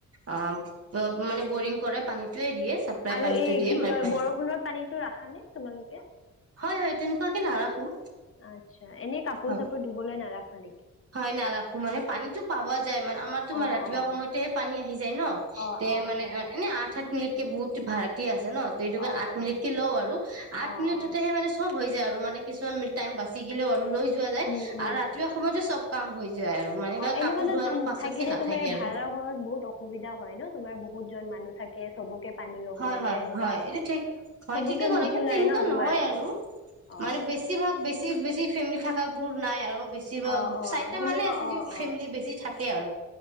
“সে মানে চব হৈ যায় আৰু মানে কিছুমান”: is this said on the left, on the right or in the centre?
Right